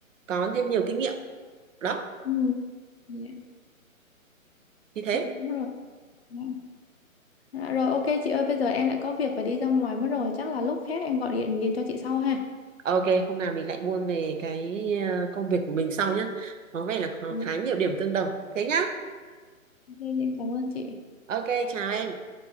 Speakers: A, on the right; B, on the left.
A: có thêm nhiều kinh nghiệm đó
B: ừ, dạ
A: như thế
B: dạ, đúng rồi Dạ. Dạ rồi ok chị ơi, bây giờ em lại có việc phải đi ra ngoài mất rồi, chắc là lúc khác em gọi điện điện cho chị sau ha.
A: Ờ, Ok, hôm nào mình lại buôn về cái ờ, công việc của mình sau nhé. Có vẻ là có
B: Dạ,
A: khá nhiều điểm tương đồng. Thế nhá.
B: Ok, chị em cảm ơn chị.
A: Ok, chào em.